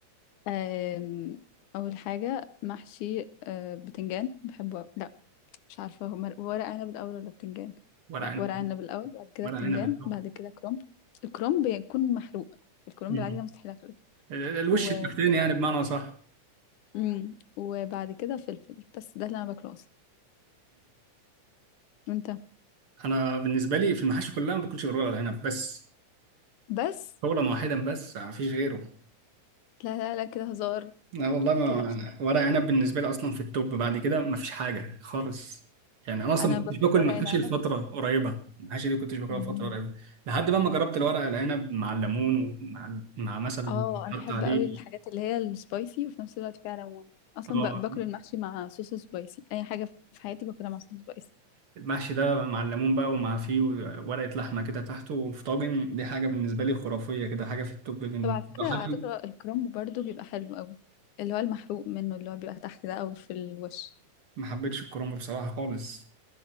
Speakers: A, on the left; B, on the right.
A: آم، أول حاجة محشي آه، بتنجان بحبه لا مش عارفة هما ورق عنب الأول ولا بتنجان
B: ورق
A: لا
B: عنب
A: ورق عنب الأول بعد كده
B: ورق
A: بتنجان
B: عنب الطبق.
A: بعد كده كرنب الكرنب بيكون محروق الكرنب
B: أمم.
A: العادي ده مستحيل أكله
B: ال- الوش
A: و...
B: التحتاني يعني بمعنى صح
A: مم. وبعد كده فلفل بس ده اللي أنا باكله أصلا وأنت
B: انا بالنسبه لي في المحاشي كلها ما باكلش غير ورق العنب بس
A: بس
B: قولا واحدا بس ما فيش غيره
A: لا لا لا كده هزار
B: لا والله ما
A: كده مش نافع
B: ورق عنب بالنسبة لي أصلا في التوب بعد كده مفيش حاجة خالص يعني أنا أصلا
A: أنا
B: ما
A: باكل
B: كنتش باكل
A: ورق
B: محاشي
A: العنب
B: لفترة قريبة المحاشي دي كنتش باكلها
A: مم.
B: لفترة قريبة لحد بقى ما جربت الورق العنب مع الليمون ومع مع مثلا
A: اه
B: حط
A: أنا بحب
B: عليه
A: قوي الحاجات اللي هي السبايسي وفي نفس الوقت فيها ليمون أصلا
B: اه
A: ب... باكل المحشي مع صوص سبايسي أي حاجة في حياتي باكلها مع صوص سبايسي
B: المحشي ده مع الليمون بقى ومع فيه ورقة لحمة كده تحته في طاجن دي حاجة بالنسبة لي خرافية كده حاجة في التوب منه
A: طب على فكرة
B: حاجة
A: على فكرة الكرنب برضو بيبقى حلو قوي اللي هو المحروق منه اللي هو بيبقى تحت ده أو في الوش
B: ما حبيتش الكرنب بصراحة خالص